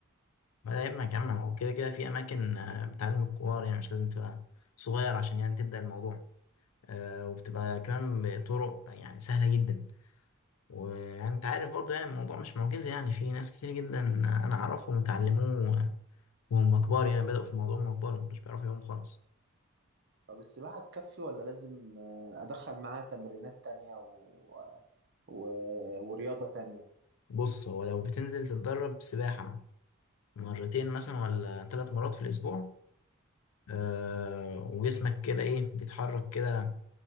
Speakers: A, on the left; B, on the right.
A: ما ده يبقى جامعة وكده كده في أماكن آه، بتعلم الكبار يعني مش لازم تبقى صغير عشان يعني تبدأ الموضوع آه، وبتبقى كمان بطرق يعني سهلة جدا ويعني أنت عارف برضه يعني الموضوع مش معجزة يعني في ناس كتير جدا أنا أعرفهم اتعلموه وهم كبار يعني بدأوا في الموضوع وهم كبار ما كانوش بيعرفوا يقوموا خالص
B: طب السباحة تكفي ولا لازم آه، ادخل معاها تمرينات تانية و... و... ورياضة تانية
A: بص هو لو بتنزل تتدرب سباحة مرتين مثلا ولا ثلاث مرات في الأسبوع آه، وجسمك كده إيه بيتحرك كده